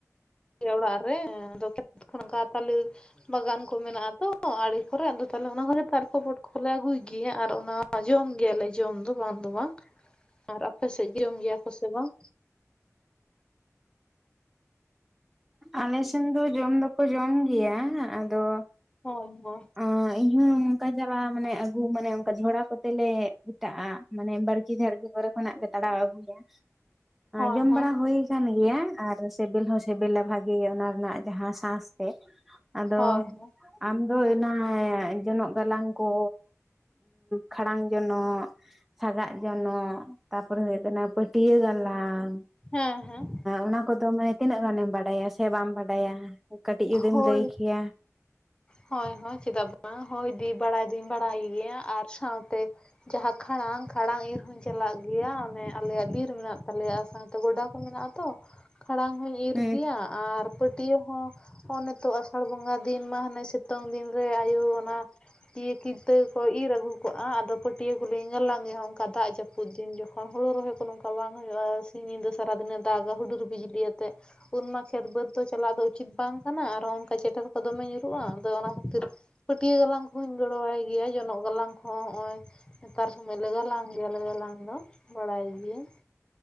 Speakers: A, on the left (about 15°); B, in the centre.
A: ᱜᱮᱭᱟ ᱚᱲᱟᱜ ᱨᱮ ᱟᱫᱚ ᱠᱷᱮᱫ ᱠᱷᱚᱱ ᱚᱱᱠᱟ ᱛᱟᱞᱮ ᱵᱟᱜᱟᱱ ᱠᱚ ᱢᱮᱱᱟᱜᱼᱟ ᱛᱚ ᱟᱲᱮ ᱠᱚᱨᱮ ᱟᱫᱚ ᱛᱟᱦᱚᱞᱮ ᱚᱱᱟ ᱠᱚᱨᱮ ᱛᱟᱨᱠᱚ ᱯᱚᱴ ᱠᱚᱞᱮ ᱟᱹᱜᱩᱭ ᱜᱮᱭᱟ ᱟᱨ ᱚᱱᱟ ᱡᱚᱢ ᱜᱮᱭᱟᱞᱮ ᱡᱚᱢ ᱫᱚ ᱵᱟᱝ ᱫᱚ ᱵᱟᱝ ᱟᱨ ᱟᱯᱮ ᱥᱮᱫ ᱫᱚ ᱡᱚᱢ ᱜᱮᱭᱟ ᱠᱚ ᱥᱮ ᱵᱟᱝ?
B: ᱟᱞᱮᱥᱮᱱ ᱫᱚ ᱡᱚᱢ ᱫᱚᱠᱚ ᱡᱚᱢ ᱜᱮᱭᱟ ᱟᱫᱚ᱾
A: ᱦᱚᱸ ᱦᱚᱸ᱾
B: ᱚᱸ ᱤᱧ ᱦᱚᱸ ᱚᱱᱠᱟ ᱡᱟᱣᱟ ᱢᱟᱱᱮ ᱟᱹᱜᱩ ᱢᱟᱱᱮ ᱚᱱᱠᱟ ᱡᱷᱚᱲᱟ ᱠᱚᱛᱮᱞ ᱞᱮ ᱢᱮᱴᱟᱜᱼᱟ᱾ ᱢᱟᱱᱮ ᱵᱟᱲᱜᱮ ᱡᱷᱟᱲᱜᱮ ᱠᱚᱨᱮ ᱠᱷᱚᱱᱟᱜ ᱞᱮ ᱛᱟᱲᱟᱣ ᱟᱹᱜᱩᱭᱟ᱾
A: ᱦᱳᱭ
B: ᱡᱚᱢ
A: ᱦᱳᱭ
B: ᱵᱟᱲᱟ ᱦᱩᱭ ᱟᱠᱟᱱ ᱜᱮᱭᱟ ᱟᱨ ᱥᱮᱵᱮᱞ ᱦᱚᱸ ᱥᱮᱵᱮᱞ᱾ ᱥᱮᱵᱮᱞᱟ ᱵᱷᱟᱜᱤ ᱜᱮ ᱚᱱᱟ ᱨᱮᱱᱟᱜ ᱡᱟᱦᱟᱸ ᱥᱟᱥ ᱛᱮ ᱟᱫᱚ᱾
A: ᱦᱳᱭ ᱦᱳᱭ
B: ᱟᱢ ᱫᱚ ᱚᱱᱟ ᱡᱚᱱᱚᱜ ᱜᱟᱞᱟᱝ ᱠᱚ ᱠᱷᱟᱲᱟᱝ ᱡᱚᱱᱚᱜ᱾ ᱥᱟᱜᱟᱜ ᱡᱚᱱᱚᱜ ᱛᱟᱯᱚᱨᱮ ᱦᱩᱭᱩᱜᱭ ᱠᱟᱱᱟ ᱯᱟᱹᱴᱭᱟᱹ ᱜᱟᱞᱟᱝ᱾
A: ᱦᱮᱸ ᱦᱮᱸ
B: ᱚᱱᱟ ᱠᱚᱫᱚ ᱢᱟᱱᱮ ᱛᱤᱱᱟᱹᱜ ᱜᱟᱱᱮᱢ ᱵᱟᱰᱟᱭᱟ ᱥᱮ ᱵᱟᱢ ᱵᱟᱰᱟᱭᱟ᱾ ᱠᱟᱹᱴᱤᱡ ᱡᱩᱫᱤᱢ
A: ᱦᱳᱭ
B: ᱞᱟᱹᱭ ᱠᱮᱭᱟ᱾
A: ᱦᱳᱭ ᱦᱳᱭ ᱪᱮᱫᱟᱜ ᱵᱟᱝ ᱦᱳᱭ ᱫᱤ ᱵᱟᱲᱟᱭ ᱫᱩᱧ ᱵᱟᱲᱟᱭ ᱜᱮᱭᱟ ᱟᱨ ᱥᱟᱶᱛᱮ᱾ ᱡᱟᱦᱟᱸ ᱠᱷᱟᱲᱟᱝ ᱠᱷᱟᱲᱟᱝ ᱤᱨ ᱦᱩᱧ ᱪᱟᱞᱟᱜ ᱜᱮᱭᱟ ᱚᱱᱮ᱾ ᱟᱞᱮᱭᱟᱜ ᱵᱤᱨ ᱢᱮᱱᱟᱜ ᱛᱟᱞᱮᱭᱟ ᱥᱟᱶᱛᱮ ᱜᱚᱰᱟ ᱠᱚ ᱢᱮᱱᱟᱜ ᱟ ᱛᱚ ᱠᱷᱟᱲᱟᱝ ᱦᱚᱧ ᱤᱨ
B: ᱦᱮᱸ
A: ᱜᱮᱭᱟ᱾ ᱟᱨ ᱯᱟᱹᱴᱭᱟᱹ ᱦᱚᱸ ᱦᱚᱸᱜᱼ ᱱᱤᱛᱚᱜ ᱟᱥᱟᱲ ᱵᱚᱸᱜᱟ᱾ ᱫᱤᱱ ᱢᱟ ᱦᱟᱱᱮ ᱥᱤᱛᱩᱝ ᱫᱤᱱ ᱨᱮ ᱟᱭᱩ ᱚᱱᱟ᱾ ᱯᱟᱹᱴᱭᱟᱹ ᱠᱤᱱᱤᱛᱟᱹ ᱠᱚ ᱤᱨᱻ ᱟᱹᱜᱩ ᱟᱫᱚ ᱠᱚᱞᱤᱧ ᱜᱟᱞᱟᱝ ᱜᱮᱦᱚᱸ ᱚᱱᱠᱟ ᱫᱟᱜ ᱡᱟᱹᱯᱩᱫ᱾ ᱯᱫ ᱫᱤᱱ ᱡᱚᱠᱷᱚᱱ ᱦᱳᱲ ᱨᱚᱦᱚᱭ ᱠᱚ ᱱᱚᱝᱠᱟ ᱵᱟᱝ ᱦᱩᱭᱩᱜᱼᱟ ᱥᱤᱧ ᱧᱤᱫᱟᱹ ᱥᱟᱨᱟᱫᱤᱱᱮ ᱫᱟᱜᱟ ᱦᱩᱰᱩᱨ ᱵᱤᱡᱽᱞᱤ ᱟᱛᱮᱫ ᱩᱱ ᱢᱟ ᱠᱷᱮᱛ ᱵᱟᱹᱫᱽ ᱫᱚ ᱪᱟᱞᱟᱜᱣ ᱫᱚ ᱩᱪᱤᱛ ᱵᱟᱝ ᱠᱟᱱᱟ ᱟᱨᱦᱚ ᱚᱱᱠᱟ ᱪᱮᱴᱮᱨ ᱠᱚ ᱫᱚᱢᱮ ᱧᱩᱨᱩᱜᱼᱟ ᱟᱫᱚ ᱚᱱᱟ ᱠᱷᱟᱹᱛᱤᱨ ᱯᱟᱹᱴᱭᱟᱹ ᱜᱟᱞᱟᱝ ᱠᱚᱦᱚᱧ ᱜᱚᱲᱚᱣᱟᱭ ᱜᱮᱭᱟ ᱡᱚᱱᱚᱜ ᱜᱟᱞᱟᱝ ᱦᱚᱸ ᱦᱚᱸᱜᱼᱚᱭ ᱱᱮᱛᱟᱨ ᱥᱚᱢᱚᱭ ᱞᱮ ᱜᱟᱞᱟᱝ ᱜᱮᱭᱟ ᱜᱟᱞᱟᱝ ᱫᱚ ᱵᱟᱲᱟᱭ ᱜᱤᱭᱟᱹᱟᱹᱧ